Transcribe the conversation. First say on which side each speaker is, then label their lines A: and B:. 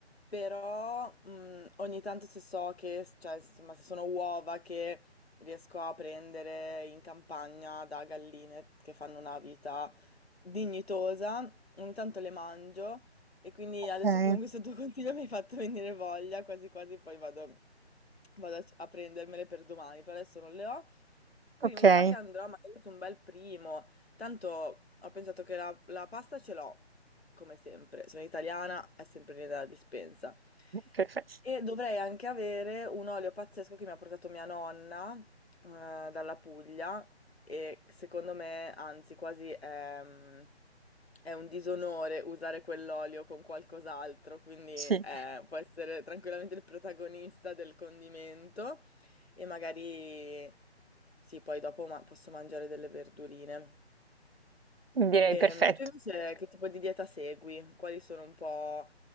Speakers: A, on the left; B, on the right.
A: però mh, ogni tanto se so che, cioè, insomma, se sono uova che riesco a prendere in campagna da galline che fanno una vita dignitosa, ogni tanto le mangio e quindi
B: Ok,
A: adesso con questo tuo consiglio mi hai fatto venire voglia, quasi quasi poi vado, vado a a prendermele per domani, per adesso non le ho. Quindi
B: ok.
A: mi sa che andrò magari su un bel primo. Tanto ho pensato che la, la pasta ce l'ho, come sempre. Sono italiana, è sempre lì dalla dispensa.
B: Perfetto,
A: E dovrei anche avere un olio pazzesco che mi ha portato mia nonna, eh, dalla Puglia e secondo me, anzi, quasi ehm, è un disonore usare quell'olio con qualcos'altro, quindi
B: sì,
A: eh, può essere tranquillamente il protagonista del condimento e magari sì, poi dopo ma- posso mangiare delle verdurine.
B: direi
A: Ehm,
B: perfetto.
A: tu invece che tipo di dieta segui? Quali sono un po',